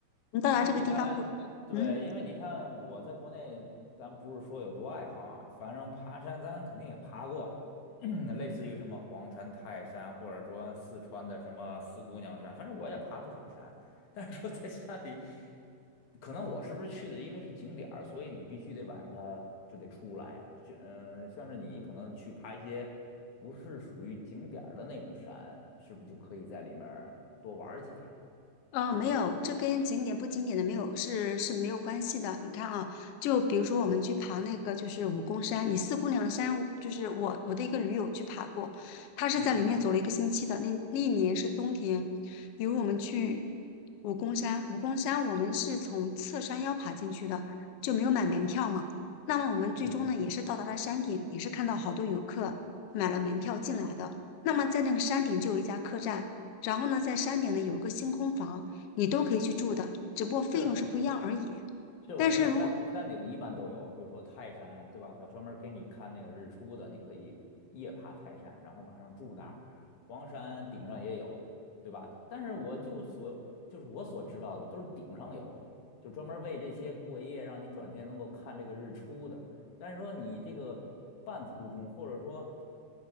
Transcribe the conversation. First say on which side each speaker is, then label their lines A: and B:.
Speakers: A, on the left; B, on the left.
A: 你到达这个地方过，
B: 因为你看，对，
A: 嗯。
B: 因为你看我在国内，咱不是说有多爱好啊，反正爬山咱肯定也爬过，<clears throat> 类似于什么黄山、泰山，或者说四川的什么四姑娘山，反正我也爬不少山。<laughs> 但是说在山里，可能我是不是去的，因为是景点儿，所以你必须得晚上它就得出来呀、像嗯，像是你可能去爬一些不是属于景点儿的那种山，是不是就可以在里面儿多玩儿几天？
A: 哦，
B: 是这样。
A: 没有，这跟景点不景点的没有是是没有关系的。你看啊，就比如说我们去爬那个就是武功山，你四姑娘山，就是我我的一个驴友去爬过，他是在里面走了一个星期的。
B: 嗯
A: 那那一年是冬天，比如我们去武功山，武功山我们是从侧山腰爬进去的，就没有买门票嘛。那么我们最终呢也是到达了山顶，
B: 嗯，
A: 也是看到好多游客买了门票进来的。那么在那个山顶就有一家客栈。然后呢，在山顶呢有一个星空房，你都可以去住的，只不过费用是不一样而已。
B: 是。是我知道山山顶一般都有，
A: 但是如
B: 比如说泰山，对吧？他专门给你看那个日出的，你可以夜爬泰山，然后晚上住那儿。黄山顶上也有，对吧？但是我就所就是我所知道的都是顶上有，就专门为这些过夜，让你转天能够看这个日出的。但是说你这个半途中，或者说